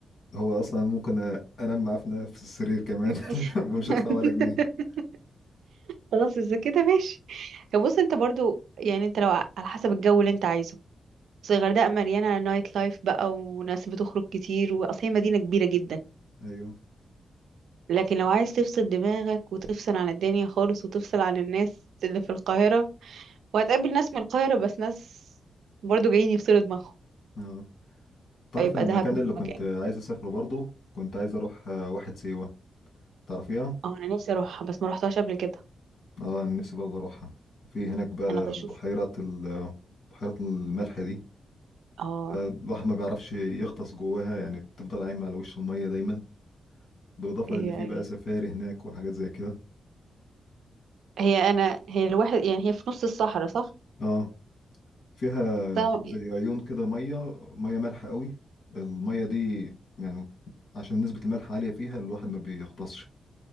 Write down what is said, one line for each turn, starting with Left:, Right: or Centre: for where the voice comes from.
Left: هو اصلا ممكن انام معاه في نفس السرير كمان
Right: <laughs>
Left: <laughs> ومش هدفع ولا جنيه
Right: خلاص اذا كده ماشي بص انت برضو يعني انت لو ع- على حسب الجو اللي انت عايزه بس الغردقه مليانه نايت لايف بقى وناس بتخرج كتير واصل هي مدينه كبيره جدا
Left: ايوه
Right: لكن لو عايز تفصل دماغك وتفصل عن الدنيا خالص وتفصل عن الناس اللي في القاهره وهتقابل ناس من القاهره بس ناس برضو جايين يفصلوا دماغهم
Left: اه تعرف
Right: فيبقى
Left: المكان
Right: دهب هو
Left: اللي
Right: المكان
Left: كنت عايز اسافره برضه كنت عايز اروح آه، واحد سيوه تعرفيها
Right: اه انا نفسي اروحها بس ما روحتهاش قبل كده
Left: اه أنا نفسي برضه اروحها في هناك بقى
Right: انا بشوف
Left: بحيرة ال بحيرة الملح دي
Right: اه
Left: آه، الواحد ما بيعرفش يغطس جواها يعني بتفضل عايمة على وش المية دايما بالإضافة
Right: ايوه
Left: لأن في
Right: ايوه
Left: بقى سفاري هناك وحاجات زي كده
Right: هي انا هي الواحد يعني هي في نص الصحراء صح
Left: اه فيها
Right: بس أنا-
Left: زي عيون كده مية مية مالحة قوي المية دي يعني عشان نسبة الملح عالية فيها الواحد ما بيغطسش